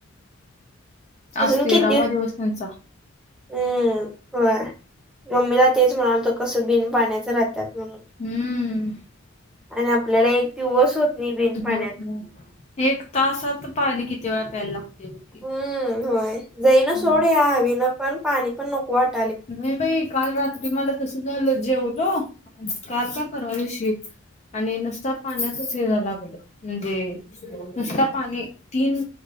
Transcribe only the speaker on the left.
आज
तेरावा
दिवस त्यांचा
हम्म
होतं नाही, एक तासात पाणी किती वेळा प्यायला लागतय बघ की.
हम्म.
नाही बाई काल रातं तु मला तसं झालं जेवलो काल का परवा दिवशी. आणि नुसता पाण्याचच हे व्हाय लागलं म्हणजे नुसता पाणी तीन,